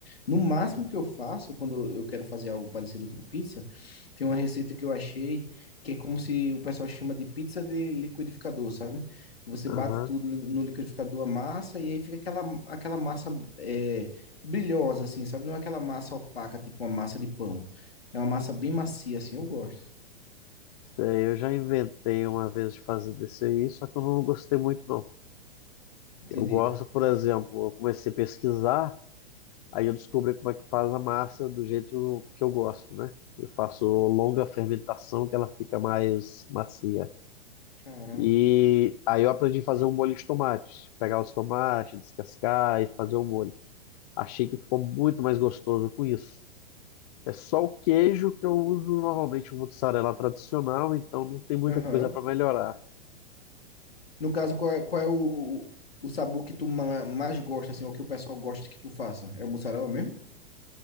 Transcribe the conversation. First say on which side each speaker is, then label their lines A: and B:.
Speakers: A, on the left (about 85°); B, on the left (about 40°).
A: No máximo que eu faço, quando eu quero fazer algo parecido com pizza, tem uma receita que eu achei que é como se o pessoal chama de pizza de liquidificador, sabe? Você
B: Aham.
A: bate tudo no liquidificador, a massa, e aí fica aquela, aquela massa é, brilhosa, assim, sabe? Não é aquela massa opaca, tipo uma massa de pão. É uma massa bem macia, assim, eu gosto.
B: É, Eu já inventei uma vez de fazer desse aí, só que eu não gostei muito, não.
A: Entendi.
B: Eu gosto, por exemplo, eu comecei a pesquisar, aí eu descobri como é que faz a massa do jeito que eu gosto, né? Eu faço longa fermentação, que ela fica mais macia.
A: Caramba.
B: E aí eu aprendi a fazer um molho de tomate. Pegar os tomates, descascar e fazer o molho. Achei que ficou muito mais gostoso com isso. É só o queijo que eu uso normalmente o mozzarella tradicional, então não tem muita
A: Aham.
B: coisa para melhorar.
A: No caso, qual é, qual é o, o sabor que tu ma- mais gosta, assim, ou que o pessoal gosta que tu faça? É o mussarela mesmo?